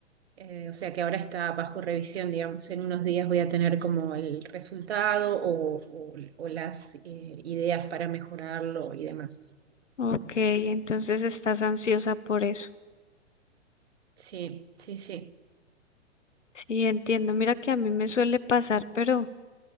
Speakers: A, on the right (about 60°); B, on the left (about 80°).
A: Eh, o sea que ahora está bajo revisión, digamos. En unos días voy a tener como el resultado o, o- o las eh, ideas para mejorarlo y demás.
B: Ok, entonces estás ansiosa por eso.
A: Sí, sí, sí.
B: Sí, entiendo. Mira que a mí me suele pasar, pero